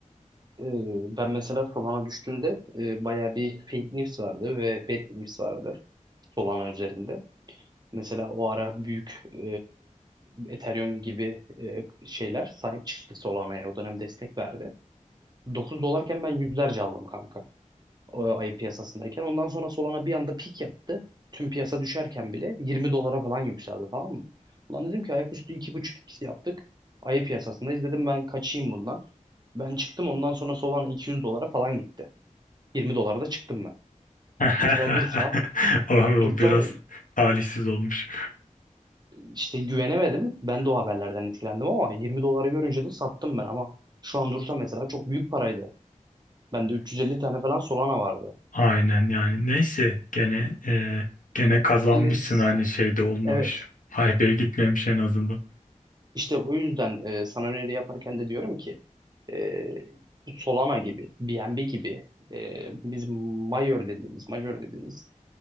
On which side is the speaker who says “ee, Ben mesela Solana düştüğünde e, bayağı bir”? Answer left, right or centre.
Right